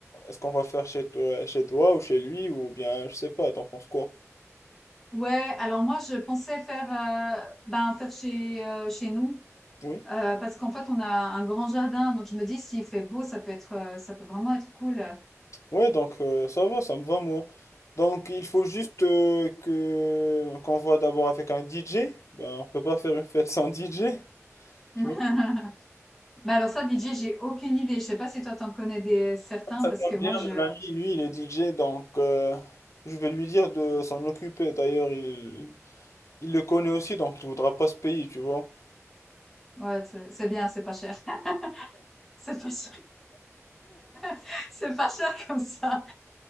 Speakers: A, on the left; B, in the centre.
A: Est-ce qu'on va faire chez toi, chez toi ou chez lui ou bien, je sais pas, t'en penses quoi?
B: Ouais, alors moi je pensais faire euh, ben faire chez euh, chez nous
A: Oui.
B: euh, parce qu'en fait on a un grand jardin donc je me dis s'il fait beau ça peut être euh, ça peut vraiment être cool.
A: Ouais, donc euh, ça va, ça me va, moi. Donc il faut juste euh, que qu'on voit d'abord avec un DJ. Ben, on peut pas faire une fête sans DJ. Tu
B: <laughs>
A: vois
B: Bah alors ça DJ, j'ai aucune idée, je sais pas si toi t'en connais des certains
A: Ça
B: parce
A: va
B: que moi
A: bien,
B: je
A: mon ami, lui, il est DJ, donc euh, je vais lui dire de s'en occuper. D'ailleurs, il, il le connaît aussi, donc il voudra pas se payer, tu vois.
B: ouais, c'est c'est bien, c'est pas cher. <laughs> C'est pas cher. <laughs> C'est pas cher comme ça.